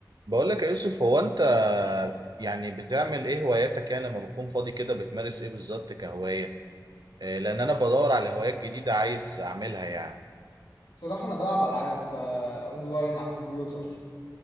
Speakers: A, on the right (about 60°); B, on the left (about 80°).
A: بقول لك يا يوسف هو انت يعني بتعمل ايه هواياتك يعني لما بتكون فاضي كده بتمارس ايه بالظبط كهواية إيه، لان انا بدور على هوايات جديدة عايز اعملها يعني
B: صراحة أنا بلعب ألعاب آه، أونلاين على الكمبيوتر